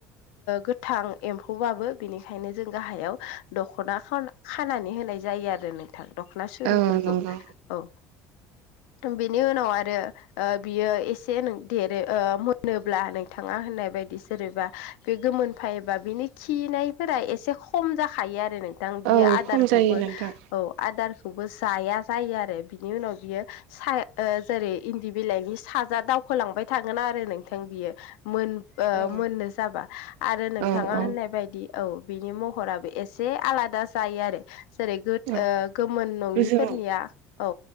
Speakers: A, on the left (about 85°); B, on the right (about 85°).
A: गोथां एम्फौबाबो बेनिखायनो जों गाहायाव दख'ना खावला खानानै होनाय जायो आरो नोंथां दख'ना सुरिफोरखौ
B: औ नंगौ
A: औ बेनि उनाव आरो बियो एसे देरो मोनोब्ला नोंथाङा होननाय बायदि सोरबा बे गोमोनफैबा बिनि खिनायफोरा एसे खम जाखायो आरो नों दां बियो
B: औ
A: आदारखौबो
B: खम जायो नोंथां
A: औ आदारखौबो जाया जायो आरो बिनि उनाव बियो स जेरै इन्दि बिलाइनि साजा दावखोलांबाय थागोन आरो नोंथां बियो मोन
B: औ
A: मोननो जाबा आरो नोंथाङा
B: औ औ
A: होननाय बायदि औ बिनि महराबो एसे आलादा जायो आरो। जेरै
B: औ
A: गोमोन नङिफोरनिया
B: गोजों
A: औ